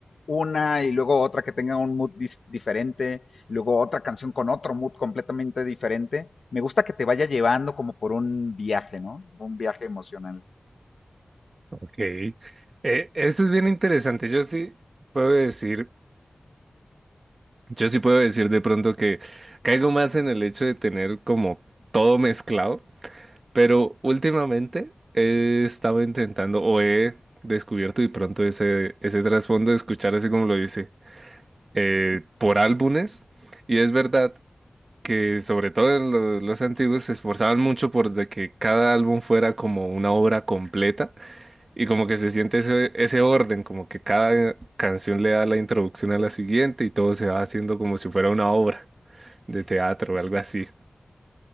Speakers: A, on the left; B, on the right.
A: una y luego otra que tenga un mood diferente, y luego otra canción con otro mood completamente diferente. Me gusta que te vaya llevando como por un viaje, ¿no? Un viaje emocional.
B: ok. Eh, eso es bien interesante. Yo sí puedo decir. Yo sí puedo decir de pronto que caigo más en el hecho de tener como todo mezclado, pero últimamente he estado intentando o he descubierto de pronto ese, ese trasfondo de escuchar así como lo dice, eh, por álbumes. Y es verdad que sobre todo en lo- los antiguos se esforzaban mucho por de que cada álbum fuera como una obra completa y como que se siente ese, ese orden, como que cada canción le da la introducción a la siguiente y todo se va haciendo como si fuera una obra de teatro o algo así.